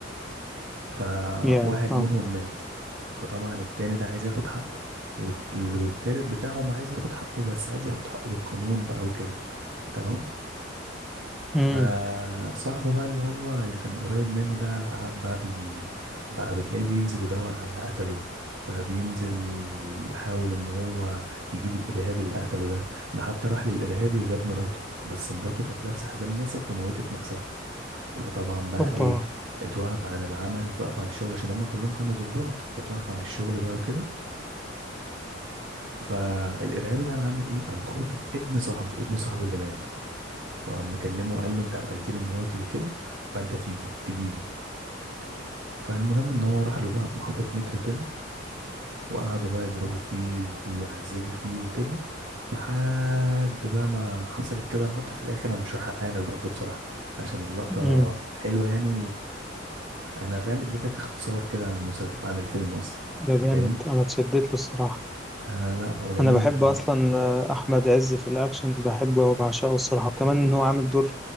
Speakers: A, on the right (about 80°); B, in the centre.
A: فواحد
B: يا اه
A: منهم مات فطبعا التاني ده عايز ياخد حقه والت- والتالت بتاعهم عايز ياخد حقه بس عايز ياخد حقه بالقانون بقى وكده تمام
B: امم
A: فصاحبه بقى اللي هو اللي كان قريب منه ده قعد بقى بي بقى بتلاقيه بينزل يدور على اللي قتله بقى بينزل يحاول ان هو يجيب الارهابي اللي قتله ده ده حتى راح للارهابي وجاب مراته بس مراته كانت لابسه حزام ناسف وموتت نفسها فطبعا بقى
B: أوبا
A: ايه اتوقف عن العمل اتوقف عن الشغل عشان هم كلهم كانوا ظباط فتوقف عن الشغل بقى وكده فالارهابي ده قام عامل ايه قام خاطف ابن صاحبه ابن صاحبه اللي مات وقام مكلمه قال له انت قتلتني مراتي وكده فانت تيجي تيجي لي فالمهم ان هو راح له بقى في محطة مترو كده وقعدوا بقى يضربوا فيه ويعذبوا فيه وكده لحد بقى ما حصلت كده لقطة في الآخر أنا مش هحرقها لك برضه بصراحة عشان اللقطة
B: امم
A: حلوة يعني انا فاهم اديتك اختصار كده عن المسلسل عن الفيلم قصدي
B: ده جامد
A: فاهمني
B: أنا اتشدت له الصراحة
A: آه لا هو جميل
B: انا بحب
A: جميل
B: اصلا آه، احمد عز في الاكشن بحبه وبعشقه الصراحه وكمان ان هو عامل دور